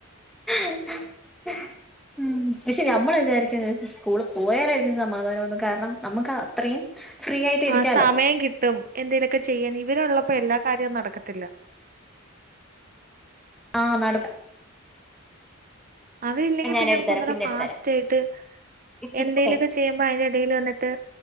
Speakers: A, in the centre; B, on the right.
A: <unintelligible> ഉം പക്ഷെ ഞമ്മള് വിചാരിക്കുന്നത് സ്കൂള് പോയാലായിരിക്കും സമാധാനം ഒന്നും കാരണം നമുക്ക് അത്രയും ഫ്രീ ആയിട്ട് ഇരിക്കാലോ
B: ആ സമയം കിട്ടും എന്തേലൊക്കെ ചെയ്യാൻ ഇവരൊള്ളപ്പോ എല്ലാകാര്യവും നടക്കത്തില്ല
A: ആ നടക്ക്
B: അവരില്ലെങ്കിൽ
A: ഞാൻ
B: പിന്നെ
A: എടുത്തരാം
B: നമുക്ക് ഒന്നൂടെ
A: പിന്നെ
B: ഫാസ്റ്റായിട്ട്
A: എടുത്തരാം
B: എന്തെലൊക്കെ
A: ഇതിപ്പോ കഴിഞ്ഞു
B: ചെയ്യുമ്പോ അതിന്റെ ഇടയിൽ വന്നിട്ട്